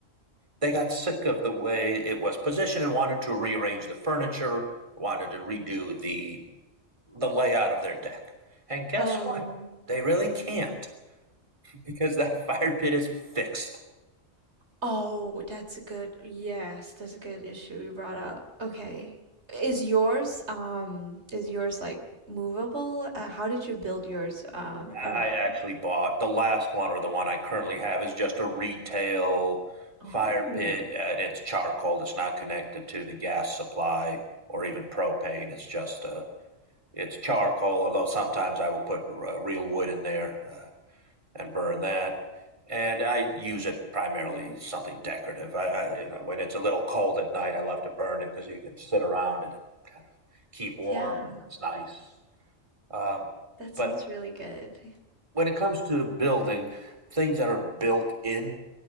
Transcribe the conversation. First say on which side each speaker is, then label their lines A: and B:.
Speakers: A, on the right; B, on the right.
A: they got sick of the way it was positioned and wanted to rearrange the furniture, wanted to redo the the layout of their deck. And guess
B: Oh.
A: what? They really can't because that <laughs> fire pit is fixed.
B: Oh, that's a good, yes, that's a good issue you brought up. Okay. Is yours, um, is yours like movable? Uh, how did you build yours, um,
A: I
B: around?
A: actually bought the last one or the one I currently have is just a retail
B: Oh.
A: fire pit and it's charcoal. It's not connected to the gas supply or even propane. It's just a it's charcoal, although sometimes I will put uh, real wood in there. Uh, and burn that. And I use it primarily something decorative. I, I you know when it's a little cold at night, I love to burn it because you can sit around it and kind of keep warm
B: Yeah,
A: and it's nice. Um,
B: that
A: but
B: sounds really good.
A: when it comes to building things that are built in,